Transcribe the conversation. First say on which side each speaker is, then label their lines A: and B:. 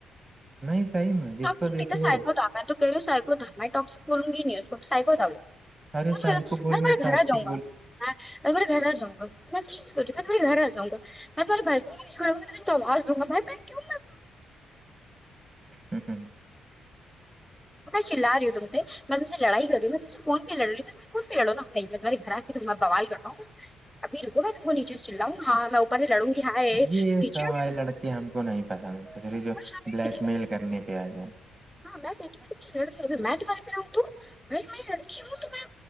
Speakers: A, on the right (about 30°); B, in the centre.
A: نہیں صحیح میں جس
B: ٹکسک
A: کو دیکھو
B: سائیکو
A: وہ
B: دھاما تو گو سائیکو داما میں ٹکسکورن گ ن سائیکو دگو
A: ارے
B: وہھ
A: سائی کو بول
B: میں
A: رہے
B: تہارے گھر
A: ٹاکسک
B: آ جاؤں گا ہاں میں تھوڑے گھر جا گا تھڑی گھر ج ا گا میں تمہےھر پوھڑوں گا تے تو آازاوں گ بھ کیوں
A: ہوں ہ
B: ش لاری ہو تم سے میں تم سے لڑائی کر رہیوں میں تم سے فون پہ لڑیوں تم فون پہ لڑوا نہیں میںمہاری گھر آ کی میں بوال کر رہ ہوں ابھی رکو میں تم کو نیچے سے چلاؤں گ ہاں میں اوپر سے لڑوں گی ہاں نیچے
A: یہ سب والے لڑکے ہم کو نہیں پسند سسوری جو
B: میں ہاں بھی
A: بلیک
B: نہیں بس
A: میل کرنے پہ آئے ج
B: ہاں میں کہتی ہ میں تے کیا تو میں لڑکی ہ تو